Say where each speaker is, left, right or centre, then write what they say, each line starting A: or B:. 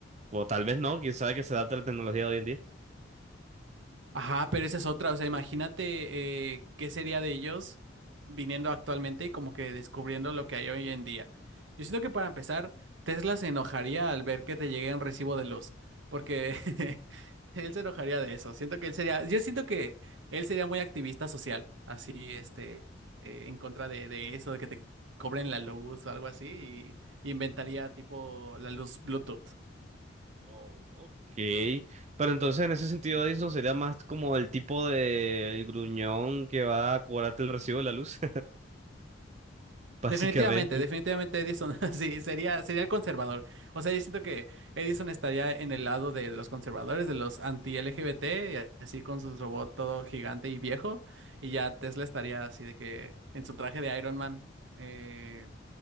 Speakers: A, on the right (about 35°); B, on the right (about 70°).
A: O tal vez no, quién sabe que se adapta a la tecnología de hoy en día.
B: Ajá, pero esa es otra, o sea, imagínate eh, qué sería de ellos viniendo actualmente y como que descubriendo lo que hay hoy en día. Yo siento que para empezar, Tesla se enojaría al ver que te llegue un recibo de luz, porque <laughs> él se enojaría de eso. Siento que él sería, yo siento que él sería muy activista social, así, este, eh, en contra de, de eso, de que te cobren la luz o algo así, y inventaría tipo la luz Bluetooth.
A: Oh, ok. Pero entonces en ese sentido Edison sería más como el tipo de gruñón que va a cobrarte el recibo de la luz, <laughs> básicamente.
B: Definitivamente, definitivamente Edison, <laughs> sí, sería, sería el conservador. O sea, yo siento que Edison estaría en el lado de, de los conservadores, de los anti-LGBT, y así con su robot todo gigante y viejo, y ya Tesla estaría así de que en su traje de Iron Man, eh,